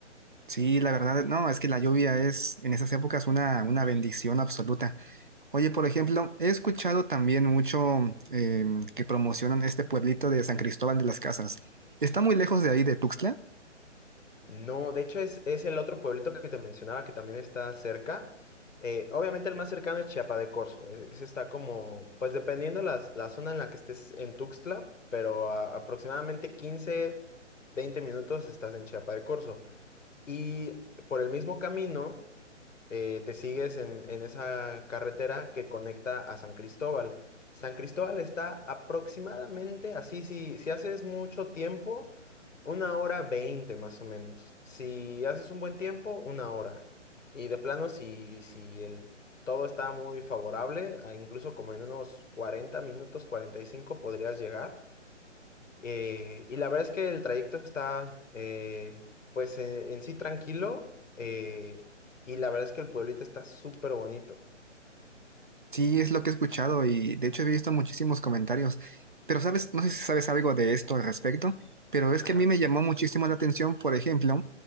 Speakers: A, on the right; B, on the left.
A: Sí, la verdad, no, es que la lluvia es en esas épocas una, una bendición absoluta. Oye, por ejemplo, he escuchado también mucho eh, que promocionan este pueblito de San Cristóbal de las Casas. ¿Está muy lejos de ahí de Tuxtla?
B: No, de hecho es, es el otro pueblito que te mencionaba que también está cerca. Eh, obviamente el más cercano es Chiapa de Corzo. e- Ese está como, pues dependiendo las- la zona en la que estés en Tuxtla, pero a- aproximadamente quince 20 minutos estás en Chiapa de Corzo. Y por el mismo camino eh, te sigues en, en esa carretera que conecta a San Cristóbal. San Cristóbal está aproximadamente, así si, si haces mucho tiempo, una hora veinte más o menos. Si haces un buen tiempo, una hora. Y de plano, si, si el, todo está muy favorable, a incluso como en unos 40 minutos, cuarenta y cinco podrías llegar. Eh, y la verdad es que el trayecto está, eh, pues, eh, en sí tranquilo. eh, y la verdad es que el pueblito está súper bonito.
A: Sí, es lo que he escuchado y de hecho he visto muchísimos comentarios. Pero sabes, no sé si sabes algo de esto al respecto, pero es
B: Ajá,
A: que a mí me llamó muchísimo la atención, por ejemplo,